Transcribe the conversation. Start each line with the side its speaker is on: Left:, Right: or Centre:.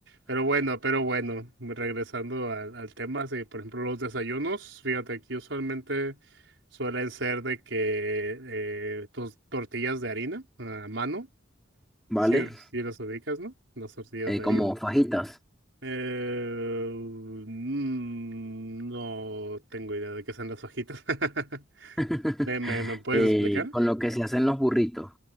Right: Pero bueno, pero bueno, regresando al, al tema, sí, por ejemplo, los desayunos, fíjate, aquí usualmente suelen ser de que eh, tus tortillas de harina a mano,
Centre: ¿vale?
Right: si, si las ubicas, ¿no? Las tortillas
Centre: Eh,
Right: de
Centre: como
Right: harina.
Centre: fajitas.
Right: Eh, mm, no tengo idea de qué son las hojitas. <laughs>
Centre: <laughs>
Right: ¿Me, me, me puedes
Centre: Eh,
Right: explicar?
Centre: con lo que se hacen los burritos.